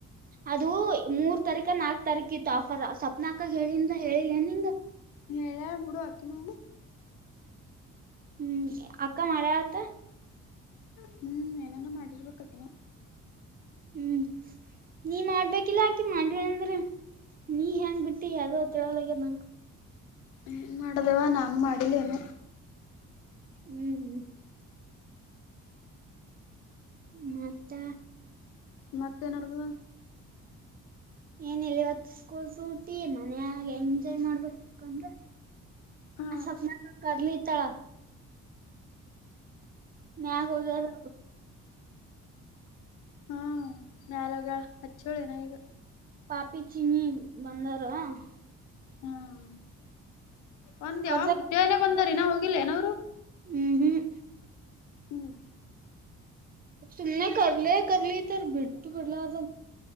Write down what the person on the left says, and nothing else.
ಳ ಬಿಡು ಆಕನು
ಹ್ಮ್ ನಲ್ಲ ಮಾಡಡರ್ ಪ ಕಕ್ಕನ
ಏನ್ ಮಾಡದೆೇವಾ ನಾನು ಮಾಡಿಲ್ಲೇನು
ಮತ್ತೇನಡ್ತದ
ಹಾ
ಹ್ಮ ಯಾರಾಗ ಹಚ್ಚೋಳಿನ ಈಗ
ಹ್ಮ್ ಬಂದ್ಯಾವ
ಮುಜ ಏನೆೇ ಬಂದಾರಿನ ಹೋಗಿಲ್ಲೇನ
ಹ್ಮ್್ಮ